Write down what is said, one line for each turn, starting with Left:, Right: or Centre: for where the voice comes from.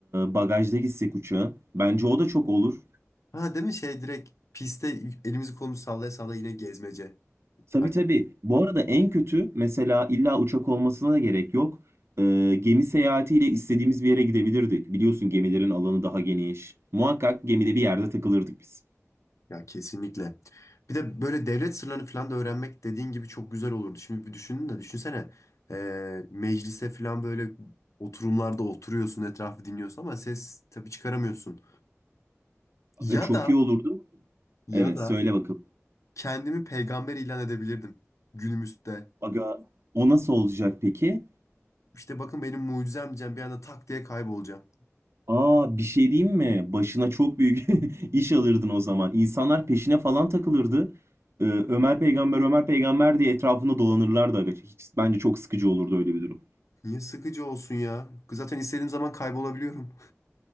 Right: bagajda gitsek uçağa. Bence o da çok olur.
Left: Ha değil mi şey direkt piste elimizi kolumuzu sallaya sallaya yine gezmece.
Right: Tabii
Left: Bak
Right: tabii. Bu arada en kötü mesela illa uçak olmasına da gerek yok. Ee, gemi seyahatiyle istediğimiz bir yere gidebilirdik. Biliyorsun gemilerin alanı daha geniş. Muhakkak gemide bir yerde takılırdık biz.
Left: ya kesinlikle. Bir de böyle devlet sırlarını falan da öğrenmek dediğin gibi çok güzel olurdu. Şimdi bir düşünün de düşünsene e, meclise falan böyle oturumlarda oturuyorsun etrafı dinliyorsun ama ses tabii çıkaramıyorsun.
Right: Aga
Left: Ya
Right: çok
Left: da
Right: iyi olurdu.
Left: ya
Right: Evet
Left: da
Right: söyle bakalım.
Left: kendimi peygamber ilan edebilirdim günümüzde.
Right: Aga o nasıl olacak peki?
Left: İşte bakın benim mucizem diyeceğim bir anda tak diye kaybolacağım.
Right: Aa bir şey diyeyim mi? Başına çok büyük <laughs> iş alırdın o zaman. İnsanlar peşine falan takılırdı. Ee, Ömer peygamber Ömer peygamber diye etrafında dolanırlardı aga. Hiç, bence çok sıkıcı olurdu öyle bir durum.
Left: Niye sıkıcı olsun ya? Zaten istediğim zaman kaybolabiliyorum.